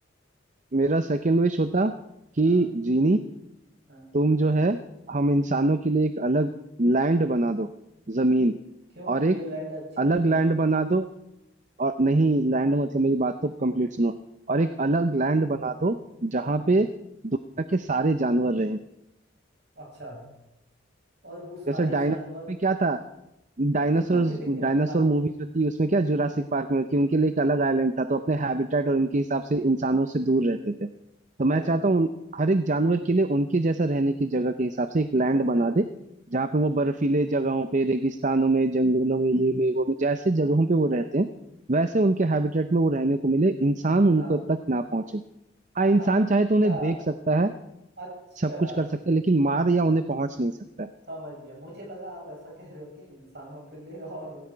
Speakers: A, on the right (about 40°); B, on the right (about 60°).
A: मेरा सेकंड विश होता कि
B: हाँ
A: जीनी
B: हाँ
A: तुम जो है हम इंसानों के लिए एक अलग लैंड बना दो जमीन
B: क्यों
A: और एक
B: ये लैंड अच्छी नहीं
A: अलग
B: है
A: लैंड बना दो और नहीं लैंड मतलब मेरी बात तो कंप्लीट सुनो और एक
B: हम्म,
A: अलग लैंड बना दो जहां
B: हाँ
A: पे दुनिया के सारे जानवर रहे
B: अच्छा और वो सारे
A: जैसे डायनासोर
B: जानवर
A: में क्या था डायनासोर
B: <laughs> अरे यार
A: डायनासोर मूवी जो थी उसमें क्या जुरासिक पार्क में थी उनके लिए एक अलग आइलैंड था तो अपने हैबिटेट और उनके हिसाब से इंसानों से दूर रहते थे तो
B: भाई
A: मैं चाहता हूँ उन- हर एक जानवर के लिए उनके जैसा रहने की जगह के हिसाब
B: <laughs>
A: से एक लैंड बना दे जहाँ पे वो बर्फीले जगहों पे रेगिस्तानों में जंगलों में ये में वो में जैसे जगहों पे वो रहते हैं वैसे उनके हैबिटेट में वो रहने को मिले इंसान उनको
B: हाँ
A: तक ना पहुंचे हाँ इंसान
B: अच्छा
A: चाहे तो उन्हें देख सकता है
B: अच्छा
A: सब कुछ कर सकता है लेकिन मार या उन्हें पहुंच नहीं सकता है
B: समझ गया मुझे लगा आप ऐसा कह रहे हो कि इंसानों के लिए और